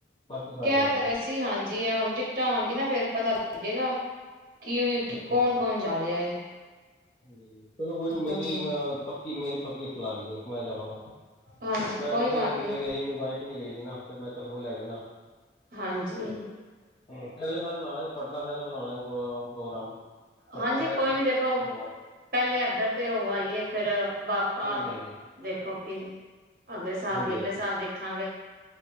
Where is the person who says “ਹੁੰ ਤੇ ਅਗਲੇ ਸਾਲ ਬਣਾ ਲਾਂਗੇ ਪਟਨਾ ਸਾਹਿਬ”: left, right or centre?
Left